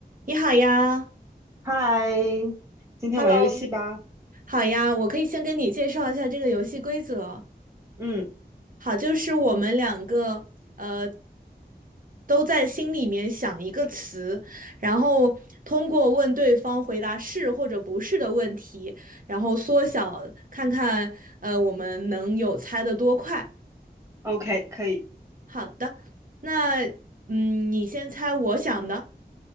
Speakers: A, on the right; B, on the right.
A: 你好呀
B: 嗨，今天玩游戏吧。
A: ，Hello，好呀，我可以先跟你介绍一下这个游戏规则。
B: 嗯
A: 好，就是我们两个呃都在心里面想一个词，然后通过问对方回答是或者不是的问题，然后缩小看看呃我们能有猜的多快。
B: ，OK，可以，
A: 好的，那嗯，你先猜我想的。